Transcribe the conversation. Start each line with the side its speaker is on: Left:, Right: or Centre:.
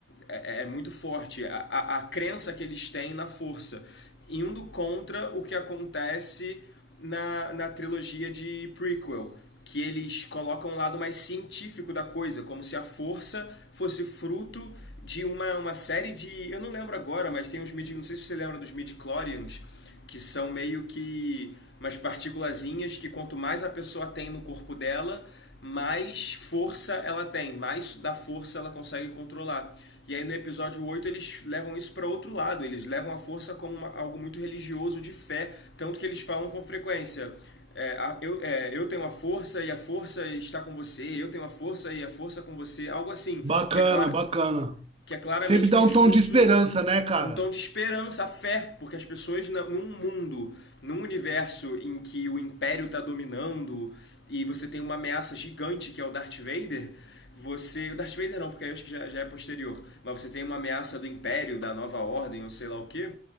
Left: é, é é muito forte, a, a, a crença que eles têm na força, indo contra o que acontece na, na trilogia de prequel, que eles colocam um lado mais científico da coisa, como se a força fosse fruto de uma, uma série de. Eu não lembro agora, mas tem uns mid. Não sei se você lembra dos midi-chlorians, que são meio que umas partículazinhas que quanto mais a pessoa tem no corpo dela, mais força ela tem, mais da força ela consegue controlar. E aí no episódio 8 eles levam isso para outro lado, eles levam a força como uma- algo muito religioso de fé, tanto que eles falam com frequência. é, eu, é, eu tenho a força e a força está com você, eu tenho a força e a força com você, algo assim,
Right: Bacana,
Left: que é claro,
Right: bacana.
Left: que é claramente
Right: Sempre dá
Left: um discurso,
Right: um tom de esperança, né, cara?
Left: um tom de esperança, fé, porque as pessoas num mundo, num universo em que o império está dominando e você tem uma ameaça gigante que é o Darth Vader, você, o Darth Vader não, porque eu acho que já, já é posterior, mas você tem uma ameaça do império, da nova ordem, ou sei lá o que,